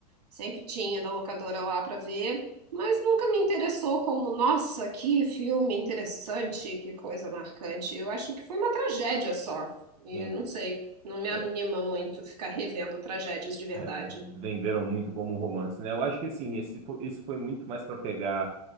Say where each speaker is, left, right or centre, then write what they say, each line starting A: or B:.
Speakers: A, on the right (about 75°); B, on the right (about 30°).
A: Sempre tinha da locadora lá para ver, mas nunca me interessou como, nossa, que filme interessante, que coisa marcante. Eu acho que foi uma tragédia só. E
B: sim.
A: não sei, não me anima
B: É,
A: muito ficar revendo tragédias de verdade.
B: é, venderam muito como romance, né? Eu acho que assim, esse, fo- isso foi muito mais para pegar,